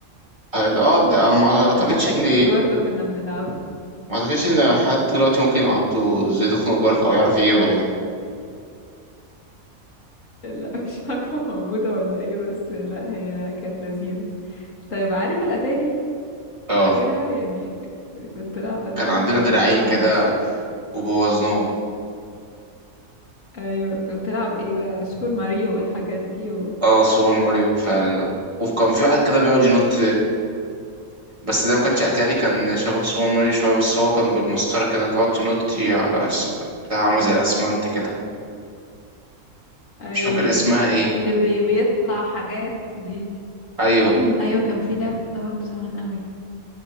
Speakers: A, on the right (about 25°); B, on the left (about 65°).
A: اه ده- آه، ما اعتقدش
B: وحتى
A: ان
B: جاتا دي برضه كنا بنلعبها
A: ما اعتقدش ان
B: مم.
A: حد دلوقتي ممكن يعضه ازاي تخنق جارك او يعرف يجيبها يعني
B: لا مش عارفة موجودة ولا ايه بس لا هي كانت لذيذة طيب عارف الأتاري
A: اه
B: فاكرها يعني كنت تلعب أتاري
A: كان عندنا
B: كنت
A: دراعين
B: بتلعب
A: كده
B: بقى سو...
A: وبوظناهم
B: ايوه كنت بتلعب ايه بقى سوبر ماريو والحاجات دي و...
A: اه سوبر ماريو فعلا وكان في واحد كده بيقعد ينط بس ده ما كانش اتاري كان شبه سوبر ماريو شويه بس هو كان بالمسطره كده تقعد تنطي على س- بتاع عامله زي الاسمنت كده
B: ايوه
A: مش فاكر اسمها ايه
B: اللي بي... بيطلع حاجات دي
A: ايوه
B: <clears throat> ايوه كان في لعبه كده برضه زمان قوي